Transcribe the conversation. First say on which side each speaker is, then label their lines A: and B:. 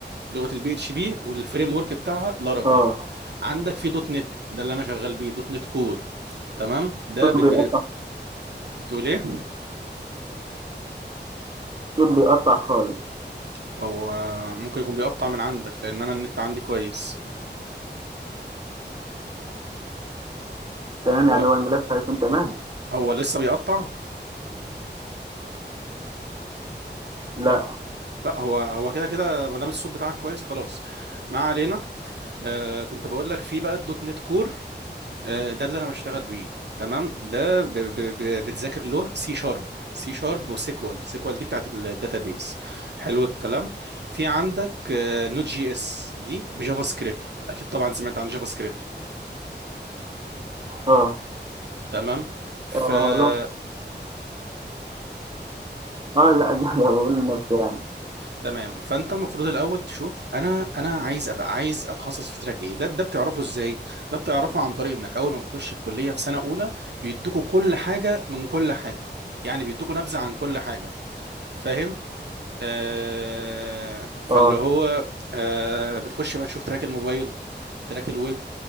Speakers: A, on the right; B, on the right.
A: لغه البي اتش بي والفريم ورك بتاعها لارافيل
B: اه
A: عندك في دوت نت ده اللي انا شغال بيه دوت نت كور تمام ده
B: الصوت
A: بت...
B: بيقطع
A: بت... بتقول ايه
B: الصوت بيقطع خالص
A: هو ممكن يكون بيقطع من عندك لان انا النت عندي كويس
B: تمام
A: هو
B: يعني هو الملف هيكون تمام
A: هو لسه بيقطع
B: لا
A: لا هو هو كده كده ما دام الصوت بتاعك كويس خلاص ما علينا آه كنت بقول لك في بقى الدوت نت كور آه ده اللي انا بشتغل بيه تمام ده ب ب ب بتذاكر له سي شارب سي شارب وسيكوال سيكوال دي بتاعت الداتابيز حلو الكلام في عندك آه نوت جي اس دي بجافا سكريبت اكيد طبعا سمعت عن جافا سكريبت
B: اه
A: تمام فاتفضل
B: اه لغة- اه لا <laughs> ده بقول لنفسي يعني
A: تمام فانت المفروض الاول تشوف انا انا عايز ابقى عايز اتخصص في تراك ايه ده ده بتعرفه ازاي ده بتعرفه عن طريق انك اول ما بتخش الكليه في سنه اولى بيدوكوا كل حاجه من كل حاجه يعني بيدوكوا نبذه عن كل حاجه فاهم آه فاللي
B: اه
A: هو آه بتخش بقى تشوف تراك الموبايل تراك الويب